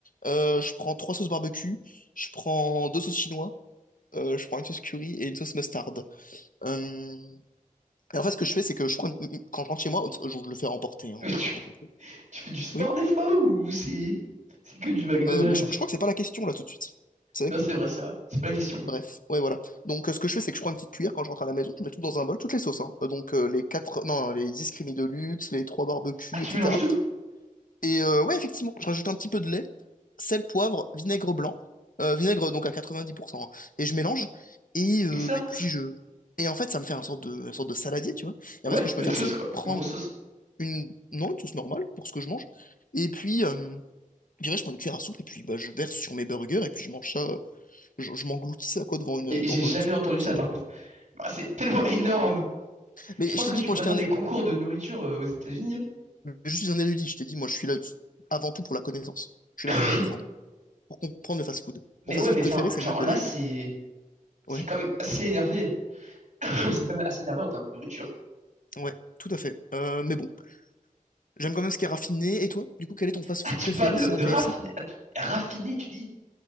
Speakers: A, on the left (about 75°); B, on the right (about 65°).
A: Euh, je prends 3 sauces barbecue. Je prends 2 sauces chinois. Euh, je prends une sauce curry et une sauce mustard. Euh, Et en fait, ce que je fais, c'est que je prends une- quand je rentre chez moi, je je le fais remporter, hein,
B: Mais tu,
A: t'as bien compris.
B: tu fais du sport
A: Oui.
B: des fois ou c'est. C'est que du McDonald's?
A: Euh, mais je, je crois que c'est pas la question là tout de suite. Tu sais?
B: Non, c'est vrai, c'est vrai. C'est pas la question.
A: Bref, ouais, voilà. Donc, euh, ce que je fais, c'est que je prends une petite cuillère quand je rentre à la maison, je mets tout dans un bol, toutes les sauces. hein. Euh, Donc, euh, les quatre, non, les 10 crémies de luxe, les trois barbecues,
B: Ah, tu
A: etc.
B: mélanges tout?
A: Et euh, ouais, effectivement, je rajoute un petit peu de lait, sel, poivre, vinaigre blanc, euh, vinaigre donc à 90%, hein. et je mélange. Et, euh,
B: C'est que ça?
A: et puis je. Et en fait, ça me fait un sorte de, une sorte de saladier, tu vois. Et
B: Ouais,
A: en fait, ce que je
B: bah
A: peux
B: une
A: faire,
B: sauce
A: c'est
B: quoi.
A: prendre
B: Une grosse sauce.
A: une... Non, une sauce normale pour ce que je mange. Et puis, euh, je dirais, je prends une cuillère à soupe et puis bah, je verse sur mes burgers et puis je mange ça. euh, je je m'engloutis ça quoi devant une,
B: Et
A: devant
B: j'ai jamais
A: une petite
B: entendu
A: une petite
B: ça
A: série.
B: par contre. Bah, c'est tellement énorme.
A: Mais
B: Je pense
A: je t'ai
B: que
A: dit
B: tu
A: que
B: pourrais
A: moi j'étais
B: faire
A: un.
B: des concours de nourriture euh, aux États-Unis. hein.
A: Je suis un érudit, je t'ai dit, moi je suis là avant tout pour la connaissance. Je suis
B: <coughs>
A: là pour comprendre. Pour comprendre le fast-food.
B: Mais
A: Mon fast-food
B: ouais, mais
A: préféré,
B: enfin,
A: c'est
B: genre
A: McDonald's.
B: là, c'est. c'est
A: Ouais,
B: quand même assez énervé. <laughs> c'est quand même assez énervé en termes de nourriture.
A: ouais, tout à fait. Euh, mais bon, j'aime quand même ce qui est raffiné. Et toi, du coup, quel est ton fast-food
B: Ah, tu
A: préféré
B: parles de,
A: sinon
B: de
A: KFC?
B: raffiné, raffiné, tu dis.